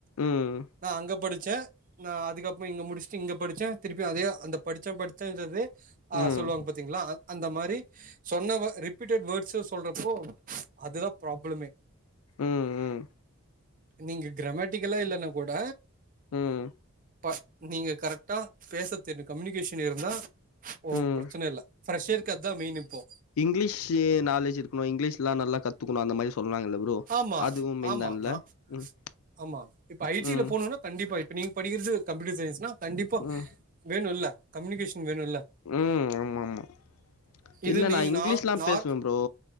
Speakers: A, on the left; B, on the right.
A: ம்
B: நா அங்க படிச்சேன் நா அதுக்கப்றோ இங்க முடிச்சிட்டு இங்க படிச்சேன் திருப்பியு அதே அந்த படிச்சன் படிச்சன்றதே அ
A: ம்
B: சொல்லுவாங்க
A: ம்
B: பாத்தீங்ளா அந்த மாரி சொன்ன வே ரீபீட்டெட் வேர்ட்ஸ்ஸு சொல்றப்போ அதுதா ப்ராப்ளமே
A: ம் ம்
B: நீங்க கிரமேட்டிக்கல்லா இல்லன்னா கூட
A: ம் ம்
B: ப நீங்க கரெக்டா பேச தெரியனு கம்யூனிகேஷன் இருந்தா ஓ
A: ம்
B: பிரச்சன இல்ல ஃப்ரெஷ்ஷருக்கு அதா மெயின் இப்போ
A: இங்கிலீஷ்ஷு நாலேஜ் இருக்கனோ இங்கிலீஷ்ல்லா நல்லா கத்துக்கனோ அந்த மாரி சொல்றாங்கல்ல ப்ரோ
B: ஆமா
A: அதுவு மெயின்
B: ஆமா
A: தான்ல
B: ந
A: ம்
B: ஆமா இப்ப ஐ டில
A: ம்
B: போனோன்னா கண்டிப்பா இப்ப நீங்க படிக்கிறது கம்ப்யூட்டர் சயின்ஸ்னா கண்டிப்பா
A: ம்
B: வேணுல்ல கம்யூனிகேஷன் வேணுல்ல
A: ம் ஆமா ஆமா
B: இது
A: இல்ல
B: நீங்க
A: இங்கிலீஷ்லா
B: நா நார்
A: பேசுவே ப்ரோ